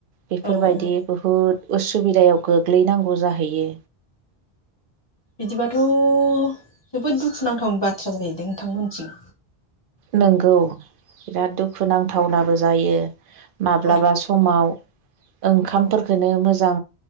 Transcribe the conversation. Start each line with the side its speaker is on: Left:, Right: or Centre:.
Right: बेफोरबायदि
Left: औ औ
Right: बहुद उसुबिदायाव गोग्लैनांगौ जाहैयो।
Left: बिदिबाथ' जोबोद दुखुनांथावनि बाथ्रा जाहैदों नोंथांमोनथिं।
Right: नोंगौ बिराद दुखु नांथावनाबो जायो। माब्लाबा
Left: औ
Right: समाव ओंखामफोरखौनो
Left: औ
Right: मोजां